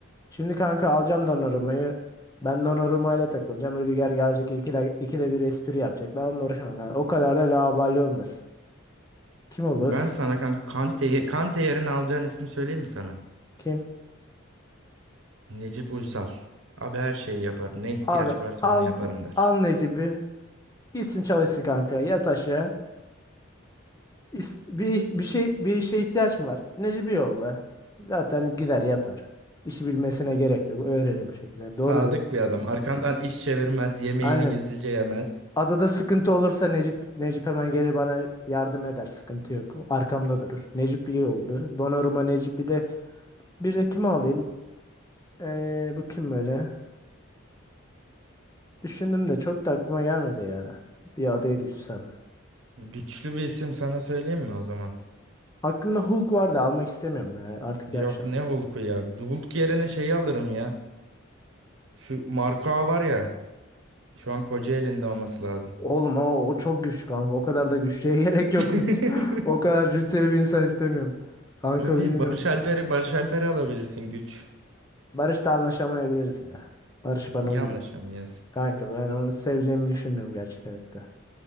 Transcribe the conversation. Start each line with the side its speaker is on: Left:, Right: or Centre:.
Left: Şimdi kanka alacağım Donnarumma'yı. Ben Donnarumma'yla takılacağım. Rüdiger gelecek ikide, ikide bir espri yapacak. Ben onunla uğraşamam. Yani o kadar da laubali olmasın. Kim olur?
Right: Ben sana kanka Kante, Kante yerine alacağın ismi söyleyeyim mi sana?
Left: Kim?
Right: Necip Uysal. Abi her şeyi yapar. Ne ihtiyaç
Left: Abi
Right: varsa
Left: al
Right: onu yaparım der.
Left: al Necip'i. Gitsin çalışsın kanka. Yat aşağı. İs- bir, bir şey bir işe ihtiyaç mı var? Necip'i yolla. Zaten gider yapar. İşi bilmesine gerek yok. Öğrenir bir şekilde.
Right: Sadık
Left: Doğru da.
Right: bir adam. Arkandan iş çevirmez. Yemeğini
Left: Aynen.
Right: gizlice yemez.
Left: Adada sıkıntı olursa Necip Necip hemen gelir bana yardım eder. Sıkıntı yok. Arkamda durur. Necip iyi oldu. Donnarumma Necip bir de bir de kimi alayım? Ee, bu kim böyle? Düşündüm de çok da aklıma gelmedi ya. Bir adaya düşsem.
Right: Güçlü bir isim sana söyleyeyim mi o zaman?
Left: Aklımda Hulk vardı almak istemiyorum ya. Artık
Right: Yok
Left: yaşlandım.
Right: ne Hulk'u ya. Hulk yerine şeyi alırım ya. Şu Marco var ya. Şu an Kocaeli'nde olması lazım.
Left: Oğlum o, o çok güçlü kanka. O kadar da güçlüye <laughs> gerek
Right: <laughs>
Left: yok. O kadar cüsseli bir insan istemiyorum. Kanka
Right: Abi bir
Left: bilmiyorum.
Right: Barış Alper'i Barış Alper'i alabilirsin güç.
Left: Barış'la anlaşamayabiliriz ya. Barış
Right: Niye
Left: bana uymuyor.
Right: anlaşamıyorsun?
Left: Kanka ben onu seveceğimi düşünmüyorum gerçekten.